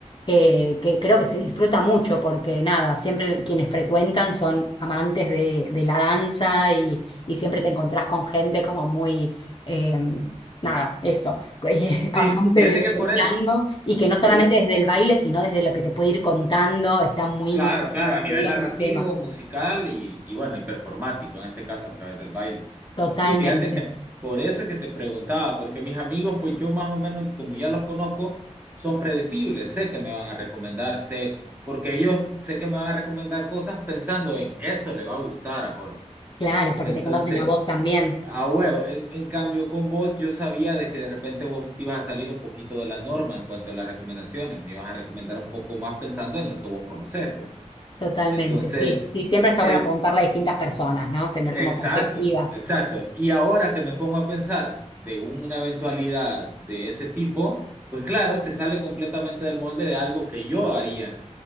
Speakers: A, on the left; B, on the right.
A: eh, que creo que se disfruta mucho porque nada, siempre quienes frecuentan son amantes de, de la danza y, y siempre te encontrás con gente como muy... em, Nada, eso, <laughs> amante
B: Sí, fíjate
A: de-
B: que
A: del
B: por él,
A: tango. Y que no solamente
B: por,
A: desde el baile, sino desde lo que te puede ir contando, están muy
B: claro,
A: mi-
B: claro,
A: muy
B: a nivel
A: metidos
B: narrativo,
A: en el tema.
B: musical y, y bueno, y performático, en este caso a través del baile.
A: Totalmente.
B: Y sí, fíjate que por eso es que te preguntaba, porque mis amigos, pues yo más o menos, como ya los conozco, son predecibles, sé que me van a recomendar, sé, porque ellos sé que me van a recomendar cosas pensando en esto le va a gustar a Jorge.
A: Claro, porque
B: Entonces,
A: te conocen a vos también.
B: A huevo, en, en cambio con vos yo sabía de que de repente vos te ibas a salir un poquito de la norma en cuanto a las recomendaciones, me ibas a recomendar un poco más pensando en lo que vos conocés, pues.
A: Totalmente,
B: Entonces,
A: sí. Sí, siempre está
B: en-
A: bueno preguntarle a distintas personas, ¿no? Tener
B: exacto,
A: como perspectivas.
B: exacto. Y ahora que me pongo a pensar de una eventualidad de ese tipo, pues claro, se sale completamente del molde de algo que yo haría